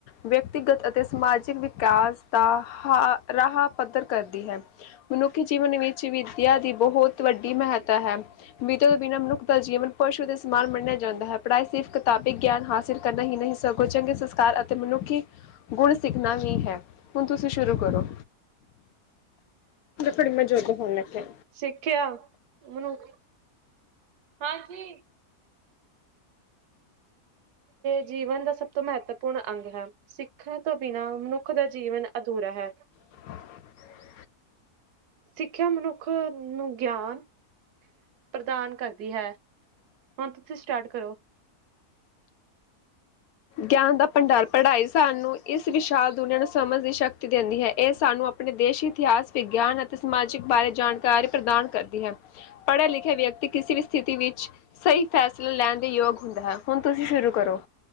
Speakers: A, on the left (about 75°); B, on the right (about 85°).
A: ਵਿਅਕਤੀਗਤ ਅਤੇ ਸਮਾਜਿਕ ਵਿਕਾਸ ਦਾ ਹ ਰਾਹ ਪੱਧਰ ਕਰਦੀ ਹੈ। ਮਨੁੱਖੀ ਜੀਵਨ ਵਿੱਚ ਵਿੱਦਿਆ ਦੀ ਬਹੁਤ ਵੱਡੀ ਮਹੱਤਾ ਹੈ, ਵਿੱਦਿਆ ਤੋਂ ਬਿਨਾਂ ਮਨੁੱਖ ਦਾ ਜੀਵਨ ਪਸ਼ੂ ਦੇ ਸਮਾਨ ਮੰਨਿਆ ਜਾਂਦਾ ਹੈ, ਪੜ੍ਹਾਈ ਸਿਰਫ਼ ਕਿਤਾਬੀ ਗਿਆਨ ਹਾਸਿਲ ਕਰਨਾ ਹੀ ਨਹੀਂ ਸਗੋ ਚੰਗੇ ਸੰਸਕਾਰ ਅਤੇ ਮਨੁੱਖੀ ਗੁਣ ਸਿੱਖਣਾ ਵੀ ਹੈ ਹੁਣ ਤੁਸੀਂ ਸ਼ੁਰੂ ਕਰੋ। ਥੜੀ ਮੌਜੂਦ ਹੋਣ ਲੱਗੇ।
B: ਸਿੱਖਿਆ ਉਹਨੂੰ ਹਾਂਜੀ। ਜੀਵਨ ਦਾ ਸਭ ਤੋਂ ਮਹੱਤਵਪੂਰਨ ਅੰਗ ਹੈ। ਸਿੱਖਾਂ ਤੋਂ ਬਿਨਾਂ ਮਨੁੱਖ ਦਾ ਜੀਵਨ ਅਧੂਰਾ ਹੈ।
A: <unintelligible>
B: ਸਿੱਖਿਆ ਮਨੁੱਖ ਨੂੰ ਗਿਆਨ ਪ੍ਰਦਾਨ ਕਰਦੀ ਹੈ, ਹੁਣ ਤੁਸੀਂ ਸਟਾਰਟ ਕਰੋ।
A: ਗਿਆਨ ਦਾ ਭੰਡਾਰ ਪੜ੍ਹਾਈ ਸਾਨੂੰ ਇਸ ਵਿਸ਼ਾਲ ਦੁਨੀਆਂ ਨੂੰ ਸਮਝ ਦੀ ਸ਼ਕਤੀ ਦਿੰਦੀ ਹੈ ਇਹ ਸਾਨੂੰ ਆਪਣੇ ਦੇਸ਼ ਇਤਿਹਾਸ ਵਿਗਿਆਨ ਸਮਾਜਿਕ ਬਾਰੇ ਜਾਣਕਾਰੀ ਪ੍ਰਦਾਨ ਕਰਦੀ ਹੈ, ਪੜ੍ਹੇ ਲਿਖੇ ਵਿਅਕਤੀ। ਕਿਸੇ ਵੀ ਸਥਿਤੀ ਵਿੱਚ ਸਹੀ ਫੈਸਲਾ ਲੈਣ ਦੇ ਯੋਗ ਹੁੰਦਾ ਹੈ, ਹੁਣ ਤੁਸੀਂ ਸ਼ੁਰੂ ਕਰੋ।